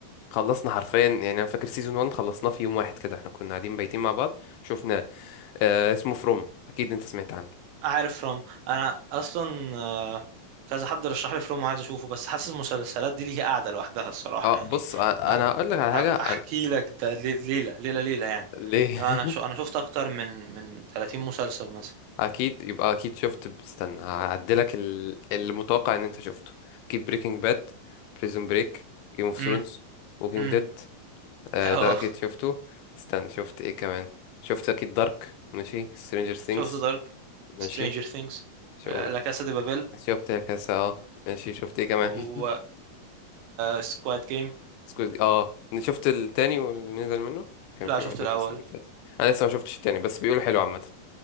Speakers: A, on the left; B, on the right.
A: خلصنا حرفيا يعني انا فاكر سيزون 1 خلصناه في يوم واحد كده احنا كنا قاعدين بايتين مع بعض شفناه آه اسمه فروم اكيد انت سمعت عنه
B: عارف فروم انا اصلا آه، كذا حد رشح لي فروم وعايز اشوفه بس حاسس المسلسلات دي ليها قاعدة لوحدها الصراحة
A: اه
B: يعني
A: بص آه،
B: آه
A: انا هقول لك على حاجه
B: هبقى
A: انا
B: احكي لك ده لي- ليلة ليلة ليلة يعني
A: ليه
B: انا
A: <laughs>
B: شو انا شفت اكتر من من 30 مسلسل مثلا
A: اكيد يبقى اكيد شفت استنى هعدلك ال- المتوقع ان انت شفته اكيد بريكنج باد بريزون بريك جيم اوف
B: امم
A: ثرونز ووكينج
B: امم
A: ديد
B: <laughs>
A: ده
B: اه
A: اكيد شفته استنى شفت ايه كمان شفت اكيد دارك ماشي سترينجر ثينجز
B: شفت دارك
A: ماشي
B: سترينجر ثينجز
A: شو
B: لا كاسا دي بابيل
A: شفت كاسة اه ماشي شفت ايه كمان
B: و سكواد جيم
A: <laughs> سكوت اه شفت التاني واللي نزل منه كان
B: لا
A: في
B: شفت
A: واحد
B: الاول
A: نزل السنة اللي فاتت انا لسه ما شفتش التاني بس بيقولوا حلو عامة